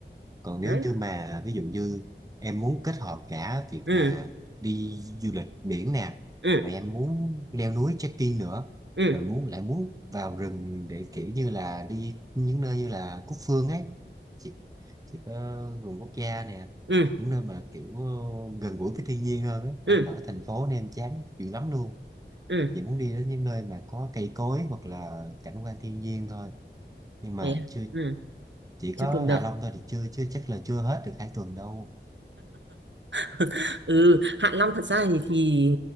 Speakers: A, on the right (about 20°); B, on the right (about 75°).
A: còn nếu
B: đấy
A: như mà ví dụ như em muốn kết hợp cả việc
B: ừ
A: mà đi du lịch biển nè
B: ừ
A: mà em muốn leo núi trekking nữa
B: ừ
A: rồi muốn lại muốn vào rừng để kiểu như là đi những nơi như là Cúc Phương ấy chỉ, chỉ có vườn quốc gia nè
B: ừ
A: những nơi mà kiểu gần gũi với thiên nhiên hơn ấy em
B: ừ ừ
A: ở thành phố nên em chán dữ lắm luôn
B: ừ
A: chỉ muốn đi đến những nơi mà có cây cối hoặc là cảnh quan thiên nhiên thôi nhưng mà
B: Thế à?
A: chưa
B: Ừ,
A: chỉ
B: chưa
A: có
B: từng được
A: Hạ Long thôi thì chưa chưa chắc là chưa hết được hai tuần đâu
B: <laughs> ừ Hạ Long thật ra thì, thì